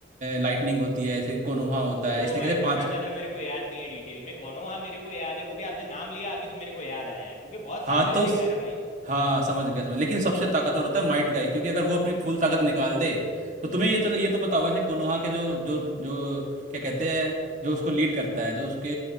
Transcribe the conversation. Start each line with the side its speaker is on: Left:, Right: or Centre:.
Right: लाइटनिंग होती है ऐसे कोनोहा होता
Left: वो
Right: है इस तरीके
Left: भाई
Right: से
Left: उतना
Right: पांच
Left: ज़्यादा मेरे को याद नहीं है डिटेल में कौनो हाँ मेरे को याद है वो भी आपने नाम लिया अभी तो मेरे को याद आया क्योंकि बहुत साल
Right: हाँ
Left: पहले
Right: तो
Left: देखा है ना भाई
Right: हाँ समझ गया समझ लेकिन सबसे ताकतवर होता है माइट गाय क्योंकि अगर वो अपनी फुल ताकत निकाल दे तो तुम्हें
Left: हम्म
Right: ये चलो ये तो पता होगा कि कोनोहा के जो जो जो क्या कहते हैं जो उसको लीड करता है जो उसके